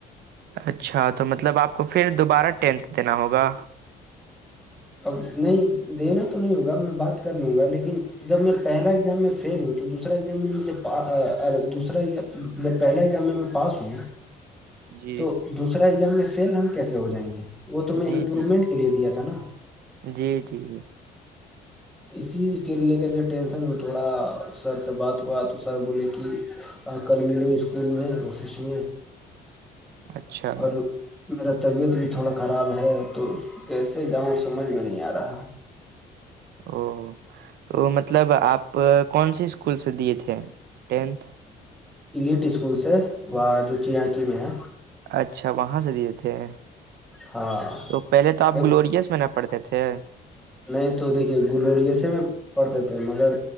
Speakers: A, on the right (about 70°); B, in the centre.
A: اچھا تو مطلب آپ کو پھر دوبارہ ٹینتھ دینا ہوگا
B: اب نہیں دینا تو نہیں ہوگا میں بات کر لوں گا لیکن جب میں پہلا ایگزام میں فیل ہووں تو دوسرا ایگزام میں مجھےا دوسازامب پہلا ایگزام میں پاس ہوں
A: جی
B: تو دوسرا ایگزام میں فیل ہم کیسے ہو جائیں گے وہ تو میں
A: جی
B: امپرومنٹ کے لیے دیا تھا نا
A: جی جی جی
B: اسی کے لے کر کے ٹینشن میں تھوڑا سر سے بات ہوا تو سر بولے کہ اور کل ملو اسکول میں آفس میں
A: اچھا
B: اور میرا طبیعت بھی تھوڑا خراب ہے تو اس کیسے جاؤں سمجھ میں نہیں آ رہا
A: او تو مطلب آپ کون سے اسکول سے دیے تھے ٹینتھ
B: ایلیٹ اسکول سے وہ جو چیاکی میں ہے
A: اچھا وہاں سے دی تھ ہیں
B: ہاں
A: تو پہلے تو آپ
B: ایک
A: گلورس میں ن پڑھتے تھے
B: نہیں تو دیکھیے گلریے میں پڑتے تھے مگر